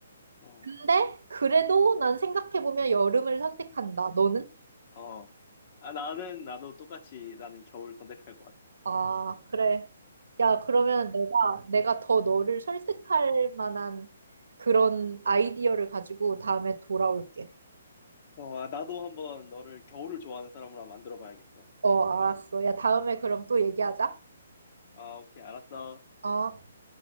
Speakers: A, on the left (about 40°); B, on the right (about 85°).
A: 어,
B: 근데 그래도 난 생각해 보면 여름을 선택한다. 너는?
A: 어. 아, 나는, 나도 똑같이 나는 겨울 선택할 것 같아.
B: 아, 그래. 야, 그러면 내가, 내가 더 너를 설득할 만한 그런 아이디어를 가지고 다음에 돌아올게.
A: 어, 아, 나도 한번 너를 겨울을 좋아하는 사람으로 한번 만들어 봐야겠어.
B: 어, 알았어. 야, 다음에 그럼 또 얘기하자.
A: 아, 오케이, 알았어.
B: 어.